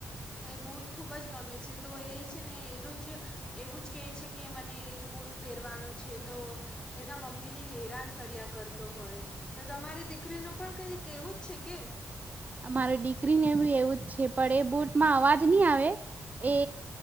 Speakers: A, on the left (about 20°); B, on the right (about 35°).
A: એ બૂટ ખૂબ જ ગમે છે, તો એ છે ને એનું જ એવું જ કેહે છે કે મને એ જ બુટ પહેરવાનો છે તો એના મમ્મીને હેરાન કર્યા કરતો હોય, તો તમારી દી કરીનું પણ કંઈ એવું જ છે કે?
B: અમારી દીકરીને બી એવું જ છે પણ એ બુટમાં અવાજ નહી આવે. એ